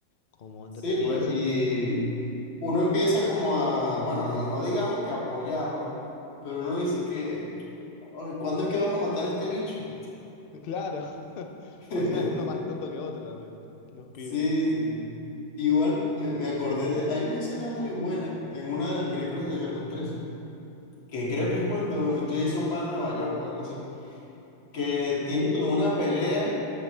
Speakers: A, on the left; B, on the left.
A: como entretenido
B: Sí, pues,
A: de ese
B: y
A: estilo.
B: uno empieza como a, bueno, no, no digamos que apoyarlo, pero uno dice que, "Ay, ¿cuándo es que vas a matar a este bicho?
A: <laughs> Claro, <laughs>
B: <laughs>
A: pues ya, uno más tonto que otro también, los pibes.
B: Sí, sí. Igual me, me acordé de, hay una escena muy buena en una de las películas de Viernes 13, que creo que es cuando Jason va a Nueva York o algo así, que tiene como una pelea